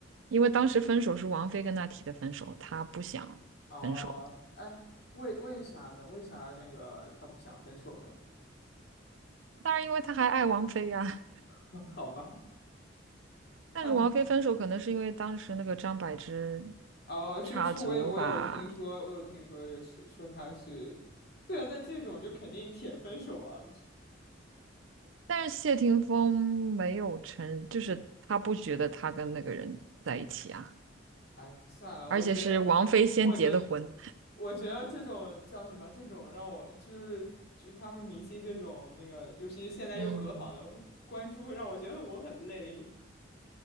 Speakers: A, on the right (about 85°); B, on the left (about 55°).
A: 因为当时分手是王菲跟他提的分手，他不想分手，
B: 哦，哎，为为啥呢？为啥那个他不想分手呢？
A: 当然因为他还爱王菲呀。
B: <laughs> 好吧，
A: 但是王菲分手可能是因为当时那个张柏芝
B: 哎，哦，就是我有我有听说，
A: 插足吧，
B: 我有听说，就是说他是，对啊，那这种就肯定铁分手啊。
A: 但是谢霆锋没有承，就是他不觉得他跟那个人在一起啊，
B: 哎，算了，我觉得，
A: 而且是王菲先结的婚，
B: 我觉我觉得这种叫什么？这种让我就是就是他们明星这种那个，尤其是现在又和好了，
A: <laughs> 嗯。
B: 会关注会让我觉得我很累。